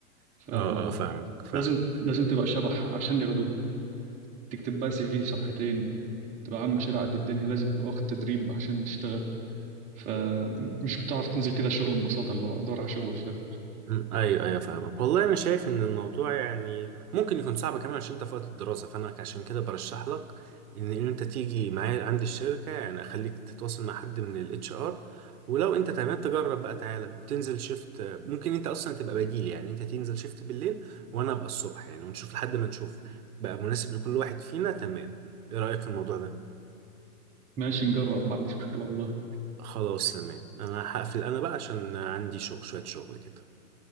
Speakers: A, on the right; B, on the right.
A: فلازم
B: اه اه فاهمك فاهمك
A: لازم تبقى شبح عشان ياخدوك تكتب بقى سي في صفحتين تبقى عامل مشاريع قد الدنيا لازم تبقى واخد تدريب عشان تشتغل فمش بتعرف تنزل كده شغل ببساطة اللي هو ادور على شغل واشتغل.
B: مم، ايوه ايوه فاهمك والله انا شايف ان الموضوع يعني ممكن يكون صعب كمان عشان انت في وقت الدراسه فانا عشان كده برشح لك ان إن انت تيجي معايا عندي الشركه يعني اخليك تتواصل مع حد من الاتش ار ولو انت تمام تجرب بقى تعالى وتنزل شيفت ممكن انت اصلا تبقى بديل يعني انت تنزل شيفت بالليل وانا ابقى الصبح يعني ونشوف لحد ما نشوف بقى مناسب لكل واحد فينا تمام ايه رايك في الموضوع ده
A: ماشي نجرب ما عنديش مشكلة والله
B: خلاص تمام انا هقفل انا بقى عشان عندي شغل شويه شغل كده